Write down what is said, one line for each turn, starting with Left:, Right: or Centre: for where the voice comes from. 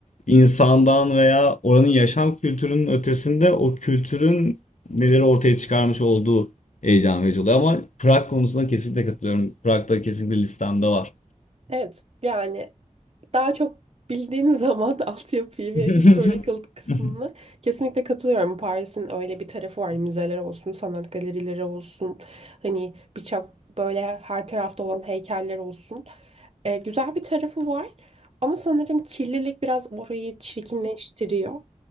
Left: insandan veya oranın yaşam kültürünün ötesinde o kültürün neleri ortaya çıkarmış olduğu heyecan verici oluyor. Ama Prag konusunda kesinlikle katılıyorum. Prag'da kesinlikle listemde var.
Right: Evet, yani daha çok bildiğin zaman <laughs> altyapıyı ve
Left: <laughs>
Right: historical kısmını kesinlikle katılıyorum. Paris'in öyle bir tarafı var. Müzeler olsun, sanat galerileri olsun. Hani birçok böyle her tarafta olan heykeller olsun. E, güzel bir tarafı var. Ama sanırım kirlilik biraz orayı çirkinleştiriyor.